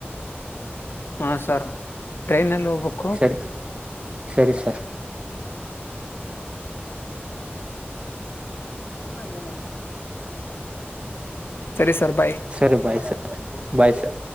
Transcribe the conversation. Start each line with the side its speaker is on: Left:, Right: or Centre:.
Left: ಹಾ ಸರ್ ಟ್ರೈನ್ಲ್ಲಿ ಹೋಗ್ಬೇಕು
Right: ಸರಿ ಸರಿ ಸರ್
Left: ಹಲ್ಲ ಸರಿ ಸ ಬಾಯ
Right: ಸರಿ ಬಾಯ್ ಸರ್ ಬಾಯ್ ಸರ್